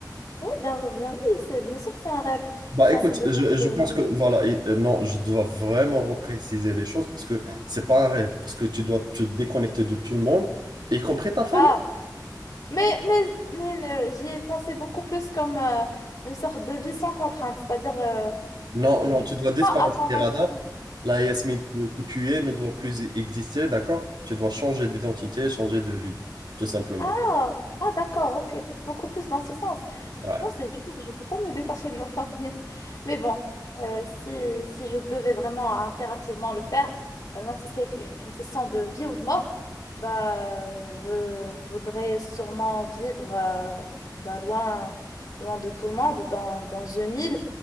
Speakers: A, on the left; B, on the right.
A: ouais, bien, bien, oui, c'est bien sûr que c'est un rêve.
B: Bah
A: Si
B: écoute,
A: on te demande,
B: je, je
A: de-
B: pense que voilà, et- euh, non, je dois vraiment repréciser les choses parce que c'est pas un rêve, parce que tu dois te déconnecter de tout le monde, y compris ta famille.
A: ah, mais mais mais euh, j'y ai pensé beaucoup plus comme euh, une sorte de vie sans contrainte, c'est-à-dire euh,
B: Non,
A: n-
B: non,
A: ne
B: tu dois disparaître
A: pas attendre
B: des radars.
A: l'attention.
B: La Yasmine que, que tu es ne doit plus e-, exister, d'accord? Tu dois changer d'identité, changer de vie, tout simplement.
A: Ah, ah d'accord, ok, d- beaucoup plus dans ce sens.
B: Ouais.
A: Franchement, c'est dur, je ne veux pas me détacher de ma famille. <laughs> Mais bon, euh, si, si je devais vraiment impérativement le faire, euh, même si c'est que- une question de vie ou de mort, bah, je voudrais sûrement vivre euh, bah, loin, loin de tout le monde, dans, dans une île,